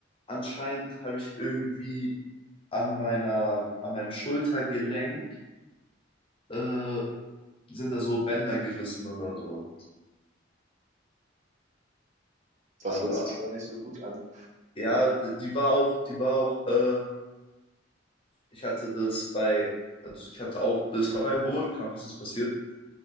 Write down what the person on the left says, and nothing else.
anscheinend habe ich irgendwie an meiner, an meinem Schultergelenk äh, sind da so Bänder gerissen oder so.
Aber
ja, d- die war auch, die war auch, äh, ich hatte das bei, also ich hatte auch, das war beim Bodenkampf ist es passiert,